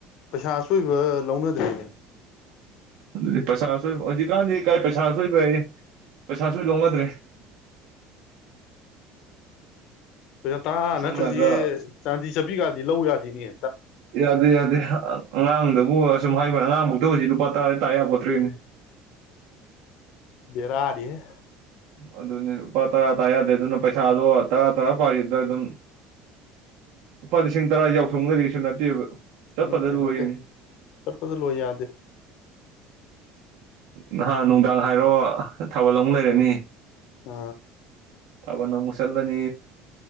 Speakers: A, on the left; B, on the right.
A: ꯄꯩꯁꯥ ꯑꯆꯣꯏꯕ ꯂꯧꯅꯗ꯭ꯦꯅꯦ
B: ꯑꯗꯨꯗꯤ ꯄꯩꯁꯥ ꯑꯆꯣꯏꯕ ꯍꯧꯖꯤꯛꯀꯥꯟꯗꯤ ꯀꯥꯏ ꯄꯩꯁꯥ ꯑꯆꯣꯏꯕꯌꯦ ꯄꯩꯁꯥ ꯑꯆꯣꯏ ꯂꯧꯅ <unintelligible>
A: ꯄꯩꯁꯥ ꯇꯔꯥ ꯅꯠꯇ꯭ꯔꯗꯤ
B: ꯁꯝꯅ ꯍꯥꯏꯔꯕꯗ
A: ꯆꯥꯟꯗꯤ ꯆꯠꯄꯤꯒꯗꯤ ꯂꯧ ꯌꯥꯗꯤꯅꯦ
B: ꯌꯥꯗꯦ ꯌꯥꯗꯦ ꯑꯉꯥꯡꯗ ꯍꯣꯍ ꯑꯁꯨꯝ ꯍꯥꯏꯕ ꯋꯥꯅꯤ ꯑꯉꯥꯡ ꯕꯨꯛꯇ ꯍꯧꯖꯤꯛ ꯂꯨꯄꯥ ꯇꯔꯥꯗꯩ ꯇꯥ ꯌꯥꯄꯣꯠꯇ꯭ꯔꯦꯅꯦ
A: ꯕꯦꯔꯥꯅꯤꯍꯦ
B: ꯑꯗꯨꯅꯦ ꯂꯨꯄꯥ ꯇꯔꯥ ꯇꯥ ꯌꯥꯗ꯭ꯔꯦ ꯑꯗꯨꯅ ꯄꯩꯁꯥꯗꯣ ꯇꯔꯥ ꯇꯔꯥ ꯄꯥꯈꯤꯗ ꯑꯗꯨꯝ ꯂꯨꯄꯥ ꯂꯤꯁꯤꯡ ꯇꯔꯥ ꯌꯥꯎꯁꯪꯒꯗꯤ ꯀꯩꯁꯨ ꯅꯠꯇꯦꯕ ꯆꯠꯄꯗ
A: ꯅꯠꯇꯦ
B: ꯂꯣꯏꯔꯤꯅꯤ
A: ꯅꯠꯇꯦ ꯆꯠꯄꯗꯨ ꯂꯣꯏ ꯌꯥꯗꯦ
B: ꯅꯍꯥꯟ ꯅꯨꯡꯗꯥꯡ ꯍꯥꯏꯔꯣ ꯊꯥꯕꯜ ꯑꯃꯛ ꯂꯩꯔꯦ ꯅꯦ
A: ꯑ
B: ꯊꯥꯕꯜ ꯑꯃꯨꯛ ꯆꯠꯂꯅꯤ